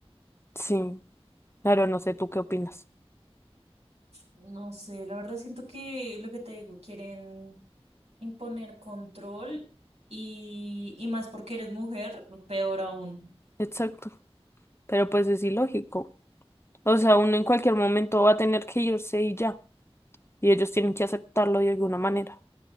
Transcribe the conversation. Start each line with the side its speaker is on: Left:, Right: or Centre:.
Left: Sí, claro, no sé tú qué opinas.
Right: No sé, la verdad siento que lo que te digo, quieren imponer control y, y más porque eres mujer, peor aún.
Left: Exacto. Pero pues es ilógico. O sea, uno en cualquier momento va a tener que irse y ya. Y ellos tienen que aceptarlo de alguna manera.